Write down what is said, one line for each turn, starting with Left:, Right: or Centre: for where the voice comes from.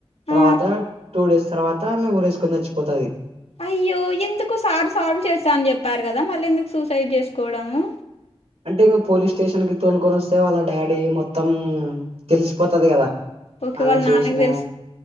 Right: తర్వాత
Left: ఆ
Right: టూ డేస్ తర్వాత ఆమె ఊరి ఏసుకొని చచ్చిపోతది.
Left: అయ్యో ఎందుకు సార్ సాల్వ్ చేత్త అని చెప్పారు గదా, మళ్ళీ ఎందుకు సూసైడ్ చేసుకోవడము.
Right: అంటే ఇంగా పోలీస్ స్టేషన్ కి తోలుకొని ఒస్తే, వాళ్ళ డాడీ మొత్తం తెలిసిపోతది గదా.
Left: ఓకే
Right: ఆమె
Left: వాళ్ళ
Right: చేసిన,
Left: నాన్నకి తెలుసు